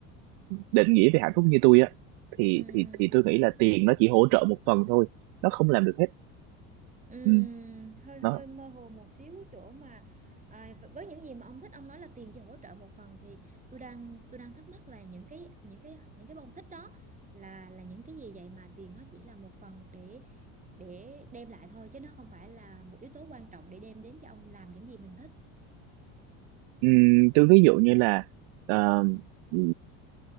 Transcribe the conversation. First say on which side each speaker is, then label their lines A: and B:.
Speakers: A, on the right; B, on the right.
A: định nghĩa về hạnh phúc như tôi á thì
B: Ừm,
A: thì thì tôi nghĩ là tiền nó chỉ hỗ trợ một phần thôi nó không làm được hết
B: ừm,
A: ừ,
B: hơi hơi
A: đó
B: mơ hồ một xíu cái chỗ mà à, với những gì mà ông thích ông nói là tiền chỉ hỗ trợ một phần thì tôi đang tôi đang thắc mắc là những cái những cái những cái bông thích đó là là những cái gì vậy mà tiền nó chỉ là một phần để để đem lại thôi chứ nó không phải là một yếu tố quan trọng để đem đến cho ông làm những gì mình thích
A: ừ, tôi ví dụ như là ờ, ừ,